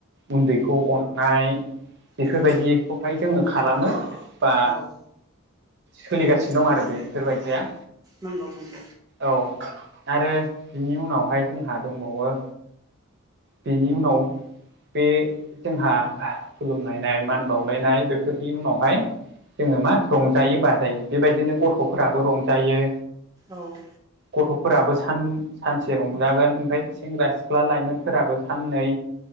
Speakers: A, on the right; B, on the right.
A: उन्दैखौ अननाय। बेफोरबायदिखौहाय
B: नंगौ
A: जोङो खालामो बा
B: औ
A: सोलिगासिनो दं आरो बेफोरबायदिया
B: नंगौ नंगौ
A: औ आरो बिनि उनावहाय जोंहा दंबावो बेनि उनाव बे जोंहा खुलुमलायनाय मान बावलायनाय बेफोरनि उनावहाय जोङो मा रंजायो बाजायो बेबायदिनो गथ'फोराबो रंजायो
B: औ।
A: गथ'फोराबो सान सानसे रंजागोन ओमफ्राय सेंग्रा सिख्ला लाइमोन फोराबो साननै